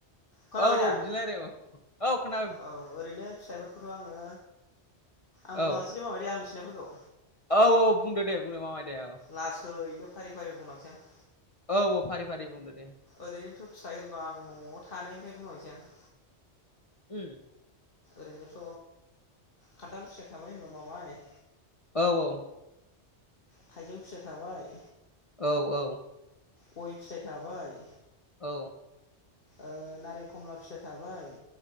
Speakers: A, on the left; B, on the left.
A: खोनाबाय
B: <inaudible> औ
A: दा
B: बिदि रायलाय अ औ खोना
A: औ ओरैनो फिथाइफोरखौथ आंङो आं बुंलांनोसै
B: औ
A: दै मामाय आं मिथिनायफोरखौ
B: औ औ बुंदो दे बुंदो मामाय दे औ
A: लासैनो फारि फारि बुंलांसै आं
B: औ औ फारि फारि बुंदो दे
A: ओरैनोथ फिथाइ होनबा आं नआव थानायनिफ्राय बुंलांनोसै आं
B: उम
A: ओरैनोथ खान्थाल फिथाइ थाबाय होनबा मामाय
B: औ औ
A: थाइजौ फिथाय थाबाय
B: औ औ
A: गय फिथाइ थाबाय
B: औ
A: ओ नारें खमला फिथाइ थाबाय